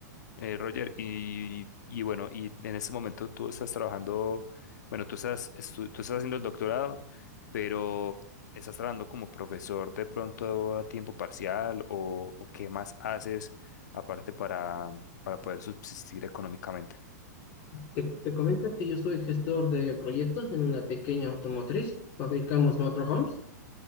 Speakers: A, on the left; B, on the left.
A: Eh, Roger, y, y bueno, y en este momento tú estás trabajando, bueno, tú estás, estu- tú estás haciendo el doctorado, pero estás trabajando como profesor de pronto a tiempo parcial o, o qué más haces aparte para, para poder subsistir económicamente.
B: Te, te comento que yo soy gestor de proyectos en una pequeña automotriz, fabricamos motorhomes,